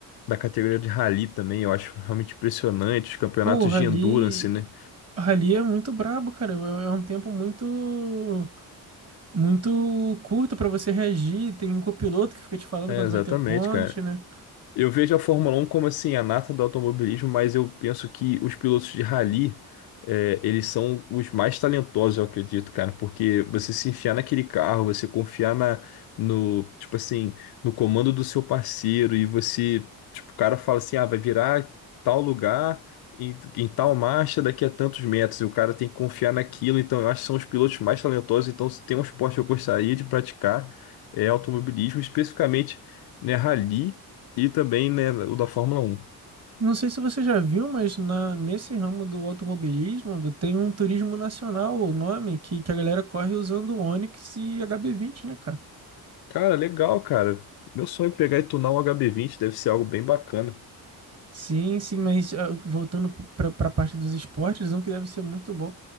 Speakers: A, on the left; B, on the right.
A: da categoria de rally também. Eu acho realmente impressionante os campeonatos
B: Porra,
A: de
B: ali.
A: endurance, né?
B: Ali é muito brabo, cara. É é um tempo muito muito curto pra você reagir. Tem um copiloto que fica te falando
A: É,
B: quando
A: exatamente,
B: vai ter ponte,
A: cara.
B: né?
A: Eu vejo a Fórmula Um como assim a nata do automobilismo, mas eu penso que os pilotos de rally, eh, eles são os mais talentosos, eu acredito, cara, porque você se enfiar naquele carro, você confiar na, no, tipo assim, no comando do seu parceiro e você, tipo, o cara fala assim, ah, vai virar tal lugar em, em tal marcha daqui a tantos metros e o cara tem que confiar naquilo. Então, eu acho que são os pilotos mais talentosos. Então, se tem um esporte que eu gostaria de praticar é automobilismo, especificamente, né, rally. E também, né, o da Fórmula Um
B: Não sei se você já viu, mas na, nesse ramo do automobilismo do- tem um turismo nacional, o nome, que, que a galera corre usando Onix e hb vinte, né, cara?
A: Cara, legal, cara. Meu sonho é pegar e tunar um hb vinte deve ser algo bem bacana.
B: Sim, sim, mas ah, voltando pra, pra parte dos esportes, um que deve ser muito bom.